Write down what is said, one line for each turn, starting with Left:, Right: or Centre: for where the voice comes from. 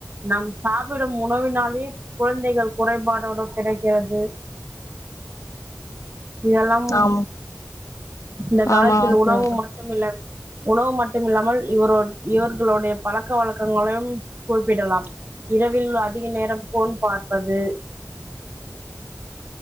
Right: நம் சாப்டு உணவினாலேயே குழந்தைகள் குறைபாடோட பிறக்கிறது து இதெல்லாம்
Left: ஆமா
Right: இந்த காலத்துல
Left: ஆமாங்க
Right: உணவு
Left: தோழி
Right: மட்டும் இல்ல உணவு மட்டுமில்லாமல் இவரோ இவர்களுடைய பழக்க வழக்கங்களையும் குறிப்பிடலாம் இரவில் அதிக நேரம் ஃபோன் பார்ப்பது